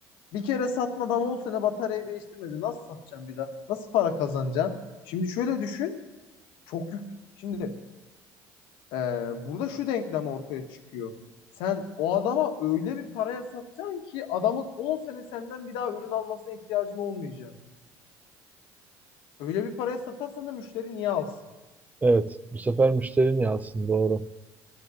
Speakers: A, on the left; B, on the right.
A: Bir kere satın adam 10 sene bataryayı değiştirmedi. Nasıl satacaksın bir daha? Nasıl para kazanacaksın? Şimdi şöyle düşün. Çok yük. Şimdi Ee, burada şu denklem ortaya çıkıyor. Sen o adama öyle bir paraya satacaksın ki adamın 10 sene senden bir daha ürün almasına ihtiyacın olmayacak. Öyle bir paraya satarsan da müşteri niye alsın?
B: Evet. Bu sefer müşterin yazsın. Doğru.